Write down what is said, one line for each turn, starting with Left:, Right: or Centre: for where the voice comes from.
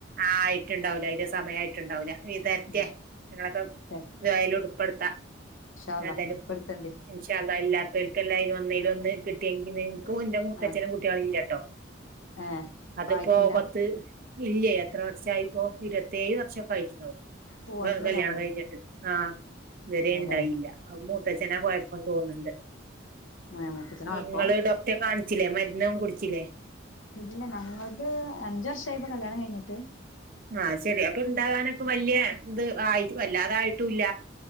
Right: ആ ആയ്ട്ട്ണ്ടാവൂല അയ്ന്റെ സമയായിട്ടുണ്ടാവൂല. ഈ തര്റ്റെ
Left: ഇല്ല
Right: ഞങ്ങളൊക്കെ
Left: വരട്ടെ
Right: ദുഹായിൽ ഉൾപ്പെടുത്താ
Left: ഇൻഷാ അള്ളാ
Right: ഏതാലും
Left: ഉൾപ്പെടുത്തണ്ട്
Right: ഇൻഷാ അള്ളാ ഇല്ലാത്തോൽക്കല്ലെ അയ്ന് ഒന്നേ ലൊന്ന് കിട്ട്യങ്കില് ഇൻക്കും
Left: അതെ
Right: ഇന്റെ മൂത്തച്ഛനും
Left: അതെ അത്
Right: കുട്ട്യാള് ഇല്ലട്ടോ
Left: ഏഹ്
Right: അതിപ്പോ
Left: ആയിട്ടില്ല
Right: പത്ത് ഇല്ല്യാ എത്ര വർഷായിപ്പോ ഇരുവത്തേയ് വർഷൊക്കെ ആയിട്ട്ണ്ടാവും
Left: ഓ അത്രക്കായോ
Right: കല്യാണം കയ്ഞ്ഞിട്ട്. ആ ഇതെരെ
Left: അതെല്ലേ
Right: ഇണ്ടായില്ല അത് മൂത്തച്ഛനാ കൊയപ്പം തോന്ന്ണ്ട്.
Left: ഏഹ് മൂത്തച്ഛനായപ്പോ
Right: നിങ്ങള് ഡോക്ടന്റെ കാൺച്ചിലേ മര്ന്നൊന്നും കുട്ച്ചിലേ?
Left: ഇല്ല ഞങ്ങൾത് അഞ്ച് വർഷായിപ്പോ കല്യാണം കയ്ഞ്ഞിട്ട്.
Right: ആ ശെരി അപ്പൊ ഇണ്ടാകാനൊക്കെ വല്യ ഇത് ആയി്ട് വല്ലാതായിട്ടൂല്ല.